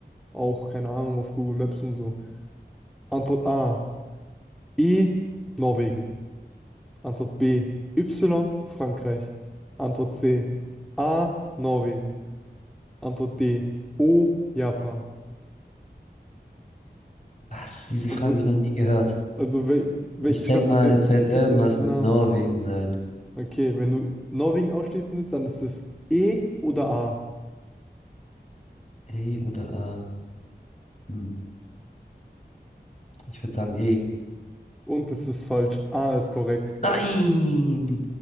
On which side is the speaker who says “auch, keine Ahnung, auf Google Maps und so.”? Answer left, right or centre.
Centre